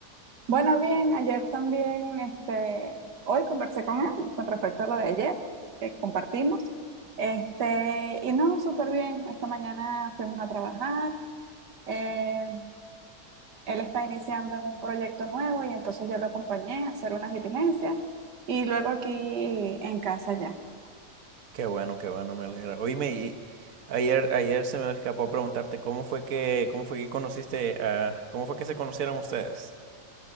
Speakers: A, on the right; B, on the right.
A: Bueno, bien, ayer también, este, hoy conversé con él con respecto a lo de ayer que compartimos. Este, y no, súper bien. Esta mañana fuimos a trabajar. eh, él está iniciando en un proyecto nuevo y entonces yo lo acompañé a hacer unas diligencias y luego aquí en casa ya.
B: Qué bueno, qué bueno, me alegra. Oíme, y ayer, ayer se me escapó preguntarte cómo fue que, cómo fue que conociste a, cómo fue que se conocieron ustedes.